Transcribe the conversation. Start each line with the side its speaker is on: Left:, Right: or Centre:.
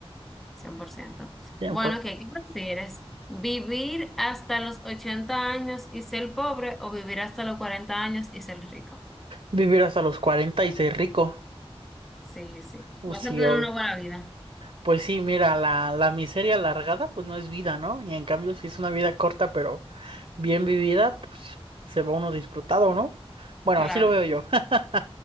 Centre: cien por ciento.
Right: tiempo.
Centre: Bueno, ok, ¿qué prefieres? ¿Vivir hasta los 80 años y ser pobre o vivir hasta los 40 años y ser rico?
Right: Vivir hasta los 40 y ser rico.
Centre: Sí, sí.
Right: Uh,
Centre: Vas
Right: sí,
Centre: a tener
Right: obvio.
Centre: una buena vida.
Right: Pues sí, mira, la, la miseria alargada pues no es vida, ¿no? Y en cambio si es una vida corta pero bien vivida, pues se va uno disfrutado, ¿no? Bueno,
Centre: Claro.
Right: así lo veo yo. <laughs>